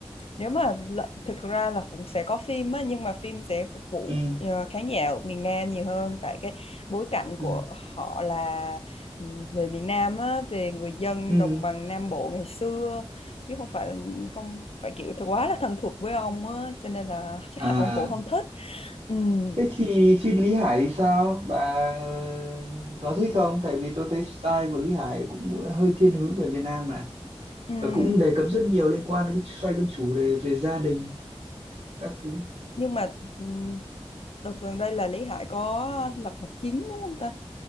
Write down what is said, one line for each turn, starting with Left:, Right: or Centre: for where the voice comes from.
Left: nếu mà lợ- thực ra là cũng sẽ có phim á nhưng mà phim sẽ phục vụ
Right: Ừ,
Left: ờ, khán giả ở miền Nam nhiều hơn tại cái bối cảnh
Right: ừ,
Left: của họ là ừm, về miền Nam á về người dân
Right: ừ.
Left: đồng bằng Nam Bộ ngày xưa chứ không phải không phải kiểu thật quá là thân thuộc với ông á cho nên là chắc
Right: À,
Left: là ông cũng không thích Ừm,
Right: thế thì phim Lý Hải thì sao? Bà có thích không? Tại vì tôi thấy style của Lý Hải cũng hơi thiên hướng về miền Nam mà.
Left: ừm.
Right: và cũng đề cập rất nhiều liên quan đến cái xoay con chủ đề về gia đình các thứ
Left: nhưng mà ừm, đợt gần đây là Lý Hải có lật mặt 9 đúng không ta